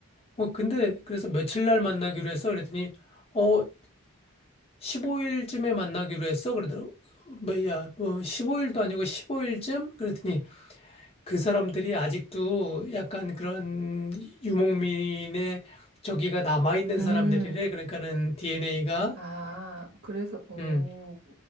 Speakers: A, on the left (about 25°); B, on the right (about 50°).
A: 어 근데 그래서 며칠 날 만나기로 했어 그랬더니 어 15일쯤에 만나기로 했어 그러더라고. 어, 뭐야 뭐 15일도 아니고 15일쯤 그랬더니 그 사람들이 아직도 약간 그런 유목민의 저기가 남아있는
B: 음,
A: 사람들이래. 그러니까는 DNA가,
B: 아, 그래서, 오,
A: 음,